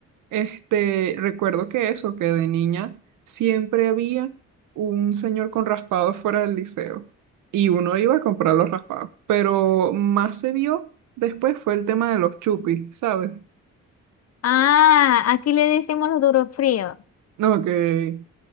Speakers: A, on the right; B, on the left.
A: Este, recuerdo que eso, que de niña siempre había un señor con raspados fuera del liceo y uno iba a comprar los raspados, pero más se vio después fue el tema de los chupis, ¿sabes?
B: Ah, aquí le decimos los duros fríos.
A: No, que